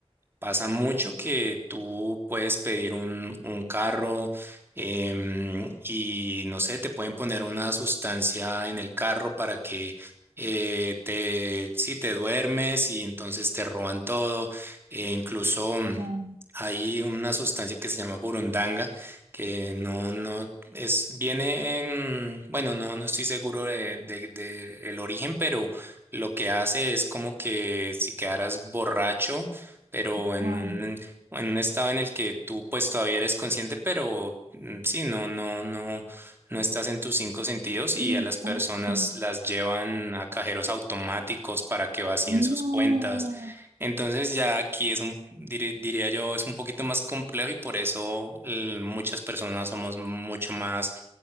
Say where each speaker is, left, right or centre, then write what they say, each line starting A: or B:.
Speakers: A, on the right; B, on the right.
A: Pasa mucho que tú puedes pedir un, un carro em, y no sé, te pueden poner una sustancia en el carro para que eh, te, si te duermes y entonces te roban todo. E incluso mm,
B: Wow,
A: hay una sustancia que se llama burundanga que no, no es, viene en- bueno, no, no estoy seguro de, de- de el origen, pero lo que hace es como que si quedaras borracho pero en
B: wow,
A: un, en un estado en el que tú pues todavía eres consciente, pero mm, sí, no, no, no, no estás en tus cinco sentidos y
B: qué impacto.
A: a las personas las llevan a cajeros automáticos para que vacíen
B: No,
A: sus cuentas. Entonces ya aquí es un, diri- diría yo, es un poquito más complejo y por eso eh, muchas personas somos mucho más